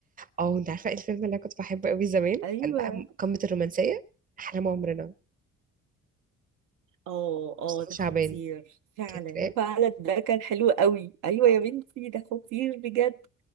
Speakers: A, on the right; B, on the right.
A: اه انت عارفه ايه الفيلم اللي انا كنت بحبه قوي زمان
B: ايوه
A: كان بقى قمه الرومانسيه احلام عمرنا
B: اه اه
A: مصطفى
B: ده
A: شعبان
B: خطير فعلا
A: فاكراه
B: فعلا ده كان حلو قوي ايوه
A: اه.
B: يا بنتي ده خطير بجد